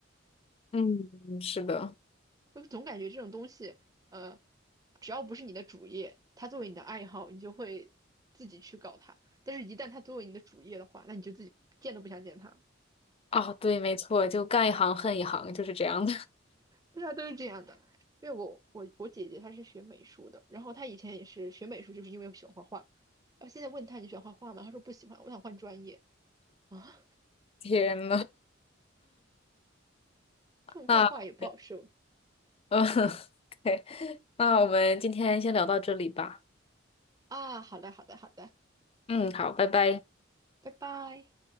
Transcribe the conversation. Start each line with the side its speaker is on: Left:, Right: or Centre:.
Left: 嗯，是的。
Right: 就总感觉这种东西，呃，只要不是你的主业，它作为你的爱好，你就会自己去搞它。但是，一旦它作为你的主业的话，那你就自己见都不想见它。
Left: 啊，对，没错，就干一行恨一行，就是这样的。<laughs>
Right: 对啊，都是这样的。因为我我我姐姐她是学美术的，然后她以前也是学美术，就是因为我喜欢画画。然后现在问她你喜欢画画吗？她说不喜欢，我想换专业啊。
Left: 天呐，
Right: <laughs> 但画画也不好受
Left: 那。嗯，<laughs> 对，那我们今天先聊到这里吧。
Right: 啊。好的，好的，好的，
Left: 嗯，好，拜拜。
Right: 拜拜。